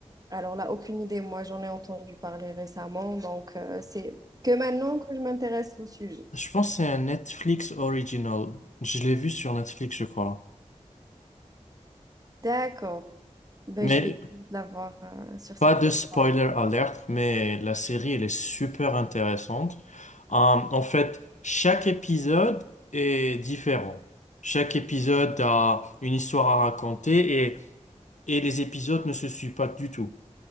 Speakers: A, on the right; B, on the left.
A: Alors là, aucune idée. Moi, j'en ai entendu parler récemment. Donc euh, c'est que maintenant que je m'intéresse au sujet.
B: Je pense que c'est un Netflix original. Je l'ai vu sur Netflix, je crois.
A: D'accord. Ben,
B: Mais
A: je vais la voir euh, sur cette
B: pas de
A: plateforme.
B: spoiler alert, mais la série, elle est super intéressante. Hum, en fait, chaque épisode est différent. Chaque épisode a une histoire à raconter et, et les épisodes ne se suivent pas du tout.